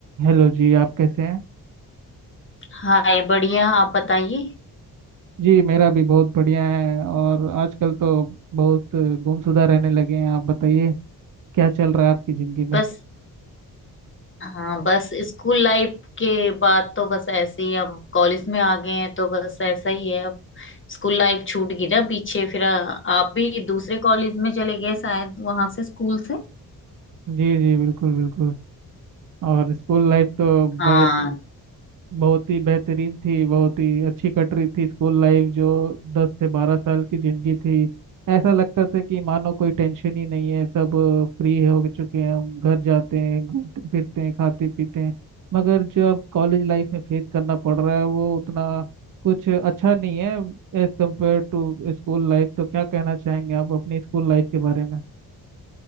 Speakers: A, on the right (about 55°); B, on the left (about 30°).
A: Hello जी आप कैसे हैं
B: हाय बढ़िया आप बताइए
A: जी मेरा भी बहुत बढ़िया है और आजकल तो बहुत गुमशुदा रहने लगे हैं आप बताइए क्या चल रहा है आपकी ज़िंदगी में
B: बस हाँ बस स्कूल लाइफ के बाद तो बस ऐसे ही अब कॉलेज में आ गए हैं तो बस ऐसा ही है अब स्कूल लाइफ छूट गई ना पीछे फिर आ, आप भी दूसरे कॉलेज में चले गए शायद वहां से स्कूल से
A: जी जी बिल्कुल बिल्कुल और स्कूल लाइफ तो
B: हाँ
A: भाई बहुत ही बेहतरीन थी बहुत ही अच्छी कट रही थी स्कूल लाइफ जो दस से बारह साल की जिंदगी थी ऐसा लगता था कि मानो कोई टेंशन ही नहीं है सब फ्री हो चुके हैं हम घर जाते हैं घूमते फिरते हैं खाते पीते हैं मगर जब कॉलेज लाइफ में फेस करना पड़ रहा है वो उतना कुछ अच्छा नहीं है as compare to school life तो क्या कहना चाहेंगे आप अपनी स्कूल लाइफ के बारे में